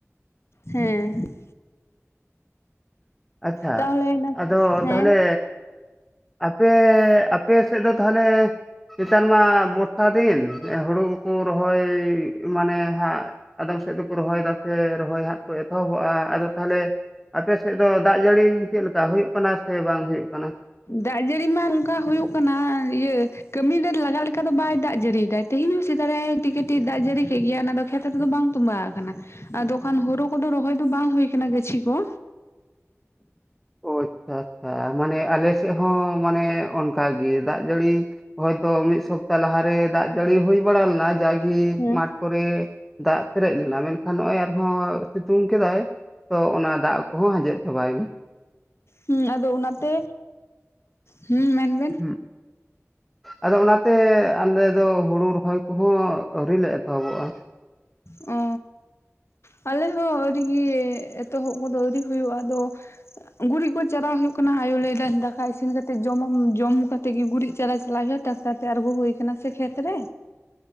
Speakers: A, on the left (about 60°); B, in the centre.
A: ᱦᱮᱸ
B: ᱟᱪᱪᱷᱟ
A: ᱛᱟᱦᱚᱞᱮ ᱱᱮᱛ
B: ᱟᱫᱚ
A: ᱦᱮᱸ
B: ᱛᱟᱦᱚᱞᱮ ᱟᱯᱮ ᱟᱯᱮ ᱥᱮᱫ ᱫᱚ ᱛᱟᱦᱚᱞᱮ ᱱᱮᱛᱟᱨ ᱢᱟ ᱵᱚᱨᱥᱟ ᱫᱤᱱ ᱦᱩᱲᱩ ᱠᱩ ᱨᱚᱦᱚᱭ ᱢᱟᱱᱮ ᱦᱟᱸᱜ ᱟᱫᱚᱢ ᱥᱮᱫ ᱫᱚᱠᱚ ᱨᱚᱦᱚᱭ ᱫᱟᱥᱮ ᱨᱚᱦᱚᱭ ᱦᱟᱸᱜ ᱠᱚ ᱮᱛᱚᱦᱚᱵᱚᱜ-ᱟ ᱟᱫᱚ ᱛᱟᱦᱚᱞᱮ ᱟᱯᱮ ᱥᱮᱫ ᱫᱚ ᱫᱟᱜ ᱡᱟᱹᱲᱤ ᱪᱮᱫ ᱞᱮᱠᱟ ᱦᱩᱭᱩᱜ ᱠᱟᱱᱟ ᱥᱮ ᱵᱟᱝ ᱦᱩᱭᱩᱜ ᱠᱟᱱᱟ
A: ᱫᱟᱜ ᱡᱟᱹᱲᱤ ᱢᱟ ᱱᱚᱝᱠᱟ ᱦᱩᱭᱩᱜ ᱠᱟᱱᱟ ᱤᱭᱟᱹ ᱠᱟᱹᱢᱤ ᱨᱮ ᱞᱟᱜᱟᱜ ᱞᱮᱠᱟ ᱫᱚ ᱵᱟᱭ ᱫᱟᱜ ᱡᱟᱹᱲᱤᱭ ᱫᱟᱭ ᱛᱮᱦᱮᱧ ᱥᱮᱛᱟᱜ ᱨᱮ ᱠᱟᱹᱴᱤᱡ ᱠᱟᱹᱴᱤᱡ ᱫᱟᱜ ᱡᱟᱹᱲᱤ ᱠᱮᱫ ᱜᱮᱭᱟ ᱚᱱᱟ ᱫᱚ ᱠᱷᱮᱛ ᱨᱮᱫᱚ ᱵᱟᱝ ᱛᱚᱸᱵᱟᱣ ᱟᱠᱟᱱᱟ ᱟᱫᱚ ᱠᱷᱟᱱ ᱦᱩᱨᱩ ᱠᱚᱫᱚ ᱨᱚᱦᱚᱭ ᱫᱚ ᱵᱟᱝ ᱦᱩᱭ ᱠᱟᱱᱟ ᱜᱟᱹᱪᱷᱤ ᱠᱚ
B: ᱳ ᱟᱪᱪᱷᱟ ᱟᱪᱪᱷᱟ ᱢᱟᱱᱮ ᱟᱞᱮ ᱥᱮᱫ ᱦᱚᱸ ᱢᱟᱱᱮ ᱚᱱᱠᱟ ᱜᱮ ᱫᱟᱜ ᱡᱟᱹᱲᱤ ᱦᱚᱭ ᱛᱚ ᱢᱤᱫ ᱥᱚᱯᱛᱟ ᱞᱟᱦᱟ ᱨᱮ ᱫᱟᱜ ᱡᱟᱹᱲᱤ ᱦᱩᱭ ᱵᱟᱲᱟ ᱞᱮᱱᱟ ᱡᱟᱜᱤ
A: ᱦᱮᱸ
B: ᱢᱟᱴᱷ ᱠᱚᱨᱮ ᱫᱟᱜ ᱯᱮᱨᱮᱡ ᱞᱮᱱᱟ ᱢᱮᱱᱠᱷᱟᱱ ᱱᱚᱜ-ᱚᱭ ᱟᱨᱦᱚᱸ ᱥᱤᱛᱩᱝ ᱠᱮᱫᱟᱭ ᱛᱚ ᱚᱱᱟ ᱫᱟᱜ ᱠᱚᱦᱚᱸ ᱟᱡᱮᱫ ᱪᱟᱵᱟᱭᱮᱱᱟ
A: ᱦ ᱟᱫᱚ ᱚᱱᱟᱛᱮ ᱦ ᱢᱮᱱᱵᱮᱱ
B: ᱦᱩᱸ ᱟᱫᱚ ᱚᱱᱟᱛᱮ ᱟᱞᱮ ᱫᱚ ᱦᱩᱲᱩ ᱨᱚᱦᱚᱭ ᱠᱚᱦᱚᱸ ᱟᱹᱣᱨᱤᱞ ᱞᱮ ᱮᱛᱚᱦᱚᱵᱚᱜᱼᱟ
A: ᱚ ᱟᱞᱮ ᱦᱚᱸ ᱟᱹᱰᱤᱜᱮ ᱮᱛᱚᱦᱚᱵ ᱠᱚᱫᱚ ᱟᱹᱣᱨᱤ ᱦᱩᱭᱩᱜᱼᱟ ᱟᱫᱚ ᱜᱩᱨᱤᱡ ᱠᱚ ᱪᱟᱨᱟ ᱦᱩᱭᱩᱜ ᱠᱟᱱᱟ ᱟᱭᱳ ᱞᱟᱹᱭᱮᱫᱟ ᱫᱟᱠᱟ ᱤᱥᱤᱱ ᱠᱟᱛᱮᱜ ᱡᱚᱢ ᱡᱚᱢ ᱠᱟᱛᱮᱜ ᱜᱮ ᱜᱩᱨᱤᱡ ᱪᱟᱨᱟ ᱪᱟᱞᱟᱜ ᱦᱩᱭᱩᱜ ᱴᱟᱠᱴᱟᱨ ᱛᱮ ᱟᱬᱜᱚ ᱦᱳ ᱟᱠᱟᱱᱟ ᱥᱮ ᱠᱷᱮᱛ ᱨᱮ